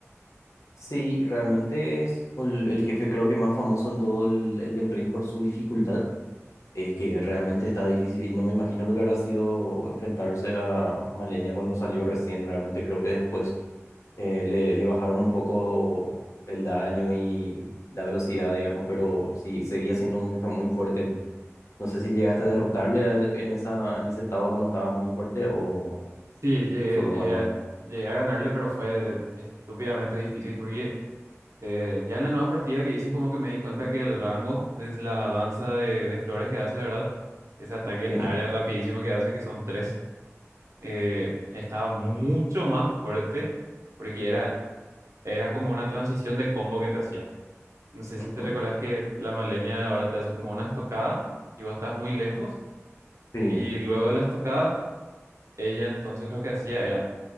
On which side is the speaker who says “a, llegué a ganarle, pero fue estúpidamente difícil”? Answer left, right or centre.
Right